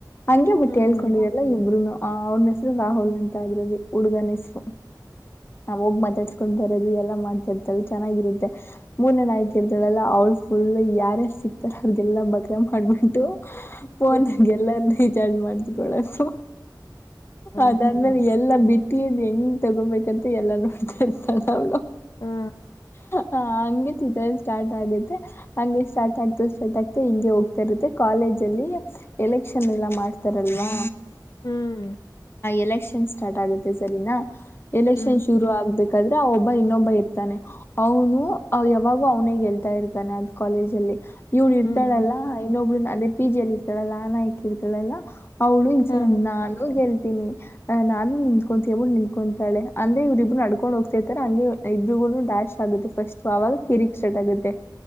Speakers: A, on the left; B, on the left.
A: ಹಂಗೆ ಬಿಟ್ಟು
B: ಹ್ಮ್
A: ಹೇಳ್ಕೊಂಡಿದಲ್ಲ ಇಬ್ಬರುನು ಅವ್ರನ ಹೆಸರು ರಾಹುಲ್ ಅಂತ ಅದ್ರಲ್ಲಿ ಹುಡುಗ ಹೆಸರು ನಾವ ಹೋಗ್ ಮಾತಾಡ್ಸ್ಕೊಂಡ್ ಬರೋದು ಎಲ್ಲ ಮಾಡ್ತಿರ್ತಾವ ಚೆನ್ನಾಗಿರುತ್ತೆ ಮೂರನೇ ನಾಯ್ಕ ಇರ್ತಾಳೆಲ್ಲ ಅವಳ ಫು ಯಾರ್ಯಾರು ಸಿಕ್ತಾರ ಅವ್ರಿಗೆಲ್ಲಾ ಬಕ್ರ ಮಾಡ್ಬಿಟ್ಟು ಫೋನ್ಗೆಲ್ಲ ಮಾಡಸಕಳದು ಅದಾದ್ಮೇಲೆ
B: ಹಾ
A: ಎಲ್ಲಾ ಬಿಟ್ಟಿ ಹೆಂಗ್ ತಗೋಬೇಕು ತ ಎಲ್ಲ ನೋಡ್ತರ್ತಳ ಅವಳು
B: ಹಾ
A: ಹ ಹಗೆ ಸ್ಟಾರ್ಟ್ ಆಗುತ್ತೆ ಹಂಗೆ ಸ್ಟಾರ್ಟ್ ಆಗ್ತ ಸ್ಟಾರ್ಟ್ ಆಗ್ತ ಹಿಂಗೆ ಹೋಗ್ತರುತ್ತೆ ಕಾಲೇಜ್ ಎಲೆಕ್ಷನ್ ಎಲ್ಲ ಮಾಡ್ತಾರಲ್ವಾ
B: ಹ್ಮ್
A: ಎಲೆಕ್ಷನ್ ಸ್ಟಾರ್ಟ್ ಆಗುತ್ತೆ ಸರಿನಾ ಎಲೆಕ್ಷನ್
B: ಹ್ಮ್
A: ಶುರು ಆಗ್ಬೇಕು ್ರೆ ಆ ಒಬ್ಬ ಇನ್ನೊಬ್ಬ ಇರ್ತಾನೆ ಅವನು ಯಾವಾಗೂ ಅವ್ನೇ ಗೆಲ್ತಾ ಇರ್ತೆ ಅದ್ ಕಾಲೇಜ್ ಅಲ್ಲಿ ಇವ್ಳ ಇರ್ತಳಲ್ಲಾ
B: ಹ್ಮ್
A: ಇನ್ನೊಬ್ಳ ಅದೇ ಪಿ ಜಿಯಲ್ಲಿ ಇರ್ತಾಳಲ್ಲ ಅನಾಯಕ ಇರ್ತಾಳಲ್ಲ ಅವ್ಳ ಈಸಲ
B: ಹಾ
A: ನಾನು ಗೆಲ್ತೀನಿ ಅ ನಾನು ನಿಂತ್ಕೊಂತೀಬು ನಿಂತ್ಕೊಂತಿ ಳ ಅಂದ್ರೆ ಇ್ರ ಇಬ್ರು ನಡ್ಕೊಂಡು ಹೋಗ್ತಿರ್ತಾರೆ ಹಾಗಂಗ ಇಬರಿಗೂ ಡ್ಯಾಶ ಆಗುತ್ತೆಫಸ್ಟ್ ಆಗ ಕಿರಿಕ್ ಸ್ಟಟ್ ಆಗುತ್ತೆ ಂತೆ